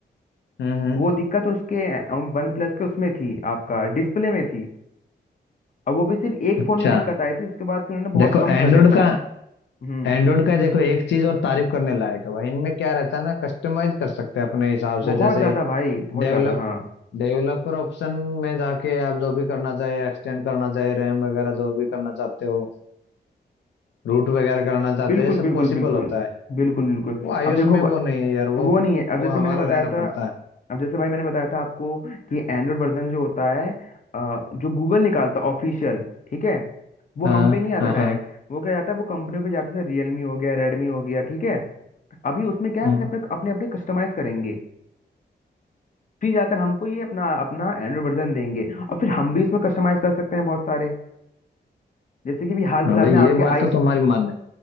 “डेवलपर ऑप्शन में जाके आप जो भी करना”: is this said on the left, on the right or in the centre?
Left